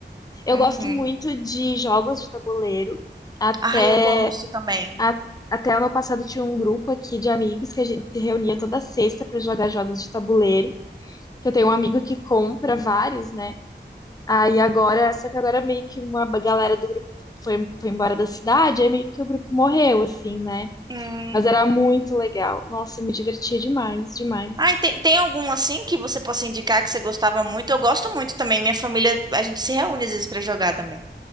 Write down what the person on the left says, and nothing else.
Eu
gosto muito de jogos de tabuleiro, até
a- Até ano passado tinha um grupo aqui de amigos que a gente se reunia toda sexta para jogar jogos de tabuleiro, que eu tenho um amigo que compra vários, né? Aí agora, só que agora meio que uma galera do grupo foi, foi embora da cidade, aí meio que o grupo morreu, assim, né?
Mas era muito legal. Nossa, eu me divertia demais, demais.